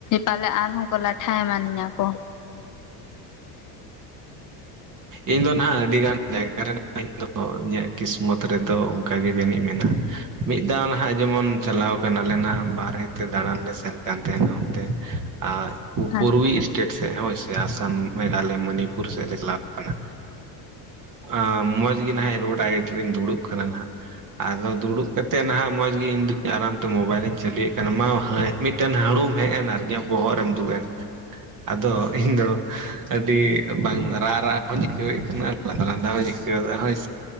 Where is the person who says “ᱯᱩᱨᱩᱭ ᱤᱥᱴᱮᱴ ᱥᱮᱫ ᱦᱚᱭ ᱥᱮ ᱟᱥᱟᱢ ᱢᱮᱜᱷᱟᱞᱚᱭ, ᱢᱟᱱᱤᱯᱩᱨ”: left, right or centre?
Right